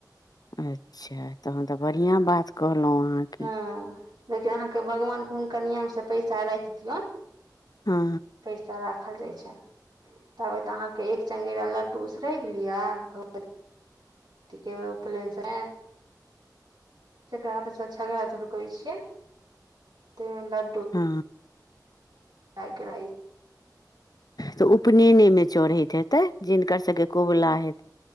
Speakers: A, on the left (about 60°); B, on the right (about 80°).
A: अच्छा तहन तऽ बढ़ियाँ बात कहलौ अहाँ के।
B: हँ लेकिन अहाँ के भगवान के हुनकर नियम से पैसा राएख दियौ।
A: हँ
B: पैसा रा खल जाय छै। तबे ते अहाँ के एक चंगेरा लड्डू उसरैग लियौ भगवती के उपलैन समय। जकरा पीछा छगड़ा धुड़कै छियै ते मे लड
A: हाँ।
B: <unintelligible>
A: तऽ उपनेने मे चढ़ैत हेतै, जिनकर सबके कोबला हे